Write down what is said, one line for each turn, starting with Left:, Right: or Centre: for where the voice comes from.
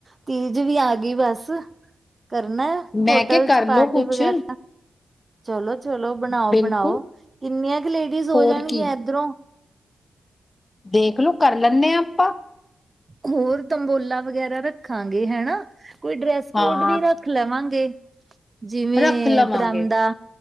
Right: ਤੀਜ ਵੀ ਆ ਗੀ ਬਸ, ਕਰਨਾ
Left: ਮੈਂ
Right: ਹੋਟਲ
Left: ਕਿਹਾ ਕਰਲੋ
Right: 'ਚ ਪਾਰਟੀ
Left: ਕੁਛ
Right: ਵਗੈਰਾ ਚਲੋ-ਚਲੋ, ਬਣਾਓ-ਬਣਾਓ
Left: ਬਿਲਕੁਲ
Right: ਕਿੰਨੀਆਂ ਕ ਲੇਡੀਜ਼ ਹੋ
Left: ਹੋਰ
Right: ਜਾਣਗੀਆਂ
Left: ਕੀ
Right: ਏਧਰੋਂ।
Left: ਦੇਖਲੋ ਕਰ ਲੈਂਣੇ ਆਂ ਆਪਾਂ।
Right: ਹੋਰ ਤੰਬੋਲਾ ਵਗੈਰਾ ਰੱਖਾਂਗੇ ਹੈਨਾ, ਕੋਈ ਡਰੈਸ ਕੋਡ
Left: ਹਾਂ
Right: ਵੀ ਰੱਖ ਰਖ ਲਵਾਂਗੇ, ਜਿਵੇਂ
Left: ਰੱਖ ਲਵਾਂਗੇ
Right: ਪਰਾਂਦਾ।